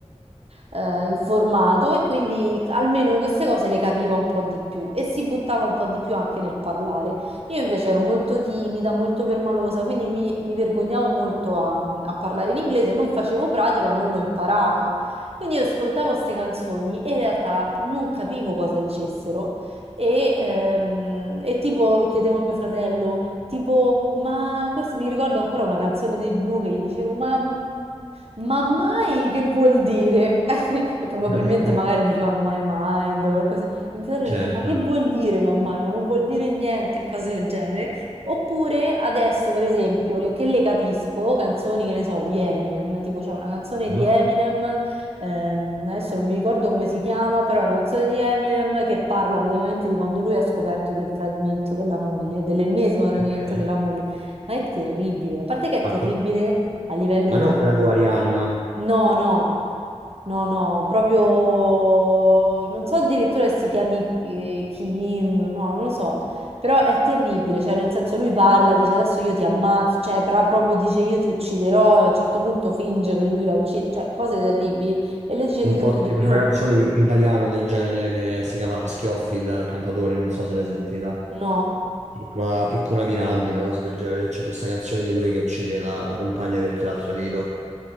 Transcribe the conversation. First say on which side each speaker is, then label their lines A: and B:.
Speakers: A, on the right; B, on the right.
A: eh, informato e quindi almeno queste cose le capiva un po' di più e si buttava un po' di più anche nel parlare. Io invece ero molto timida, molto permalosa, quindi mi, mi vergognavo molto a, a parlare in inglese, non facevo pratica, non lo imparavo. Quindi io ascoltavo queste canzoni e in realtà non capivo cosa dicessero e, ehm, e tipo chiedevo a mio fratello, tipo, ma questo mi ricordo ancora una canzone dei Blu che gli dicevo, ma... Ma mai che vuol dire? <laughs> E probabilmente
B: <laughs>
A: magari dicevano my mind, qualcosa. E mio fratello
B: Certo.
A: dice, ma che vuol dire ma mai? Ma non vuol dire niente, cose del genere. Oppure adesso, per esempio, le- che le capisco, canzoni, che ne so, di Eminem, tipo c'è una canzone di
B: Mhm.
A: Eminem, ehm, adesso non mi ricordo come si chiama, però è una canzone di Eminem che parla praticamente di quando lui ha scoperto del tradimento della moglie, dell'ennesimo tradimento
B: Ok.
A: della moglie. Ma è terribile, a parte che è
B: Ma,
A: terribile
B: que-
A: a livello
B: ma
A: di...
B: non quella con Arianna,
A: No, no, no, no, proprio non so addirittura se si chiami eh, Kim, no, non lo so, però è terribile, cioè nel senso lui parla, dice adesso io ti ammazzo, cioè pra- proprio dice io ti ucciderò e a un certo punto finge che lui la uccide, cioè cose terribili e lei dice
B: un
A: di
B: po'
A: tutto e di
B: tipo
A: più,
B: c'è una canzone in italiano del genere che si chiama Schioffi il cantatore, non so se l'hai sentita.
A: no,
B: Si chiama Piccola Mirandi, una cosa del genere. C'è questa canzone di lui che uccide la, la compagna perché l'ha tradito.